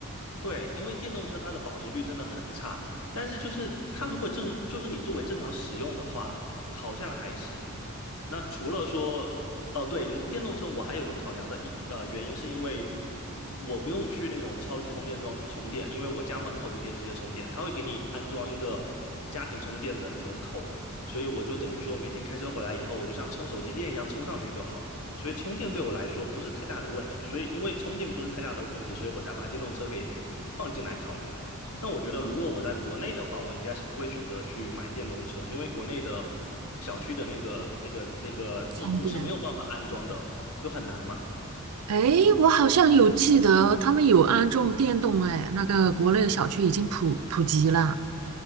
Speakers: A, on the left (about 80°); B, on the right (about 90°).
A: 对，因为电动车它的保值率真的很差，但是就是它如果正就是你作为正常使用的话，好像还行。那除了说，哦，对，电动车我还有一个考量的一呃原因，是因为我不用去那种超级充电桩去充电，因为我家门口就可以直接充电，它会给你安装一个家庭充电的那种口嘛，所以我就等于说每天开车回来以后，我就像充手机电一样充上去就好，所以充电对我来说不是太大的问题，所以因为充电不是太大的问题，所以我才把电动车给放进来考量。那我觉得，如果我在国内的话，我应该是不会选择去买电动车，因为国内的小区的那个、那个、那个地库是没有办法安装的，
B: 方便。
A: 就很难嘛。
B: 哎，我好像有记得他们有安种电动，哎，那个国内小区已经普普及了。